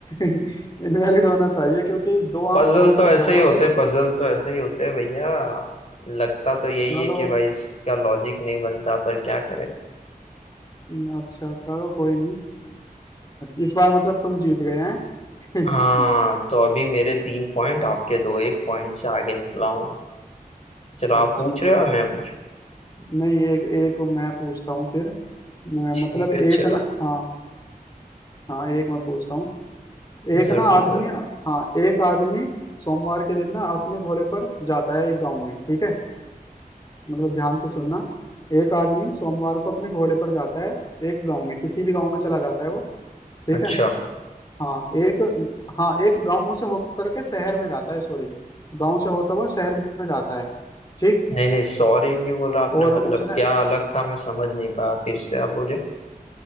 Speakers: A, on the left (about 25°); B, on the left (about 45°).
A: <laughs> इनवैलिड होना चाहिए क्योंकि दो
B: पजल
A: आम टोटल
B: तो ऐसे
A: हैं ओवरऑल
B: ही होते पजल तो ऐसे ही होते भैया लगता तो यही
A: चलो
B: है कि भाई इसका लॉजिक नहीं बनता पर क्या करें
A: न- अच्छा करो कोई नहीं इस बार मतलब तुम जीत गए हैं
B: हाँ
A: <laughs>
B: तो अभी मेरे तीन पॉइंट आपके दो एक पॉइंट से आगे निकला हूं मैं चलो आप
A: अच्छा
B: पूछ रहे
A: चलो
B: हो या मैं पूछूं
A: नहीं एक एक मैं पूछता हूँ फिर मैं-
B: ठीक
A: मतलब एक
B: है चलो
A: ना हाँ हाँ एक मैं पूछता हूँ एक
B: जरूर
A: ना आदमी
B: जरूर
A: हाँ एक आदमी सोमवार के दिन ना अपने घोड़े पर जाता है एक गांव में ठीक है मतलब ध्यान से सुनना एक आदमी सोमवार को अपने घोड़े पर जाता है एक गांव में किसी भी गांव में चला जाता है वो ठीक
B: अच्छा
A: है हाँ एक हाँ एक गांव से होकर के शहर में जाता है सॉरी गांव से होता हुआ शहर में जाता है ठीक
B: नहीं नहीं सॉरी क्यों बोला आपने
A: और
B: मतलब
A: उसने
B: क्या अलग था मैं समझ नहीं पाया फिर से आप बोले